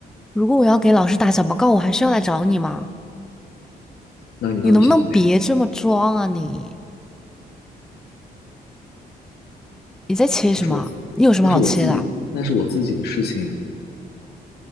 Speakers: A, in the centre; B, on the left.
A: 如果我要给老师打小报告，我还是要来找你吗？
B: 那你到底想怎么样？
A: 你能不能别这么装啊你？你在切什么？
B: 那是我自，
A: 你有什么好切的啊？
B: 那是我自己，那是我自己的事情，